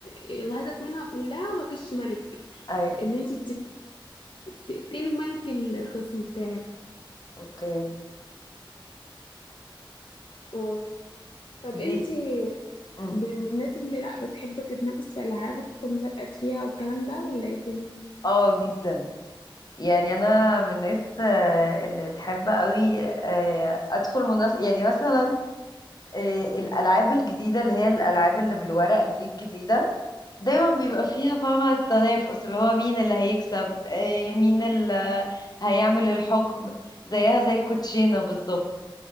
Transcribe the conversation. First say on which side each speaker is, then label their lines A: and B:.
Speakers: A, on the left; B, on the left.
A: الهدف منها كلها هو كش ملك
B: ايوه
A: ان انت تقتلي ملك الخصم بتاعك
B: اوكي
A: اه طب انت
B: دي مم.
A: ب- من الناس اللي لا بتحب تتنافس في العاب وتدخل مسابقات فيها والكلام ده ولا ايه الدنيا
B: اه جدا يعني انا من الناس آه، اللي تحب قوي آه، ادخل منافس يعني مثلا آه، الالعاب الجديده اللي هي الالعاب اللي بالورق دي الجديده دايما بيبقى فيها فاهمة التنافس اللي هو مين اللي هيكسب آه، مين اللي هيعمل الحكم زيها زي الكوتشينة بالظبط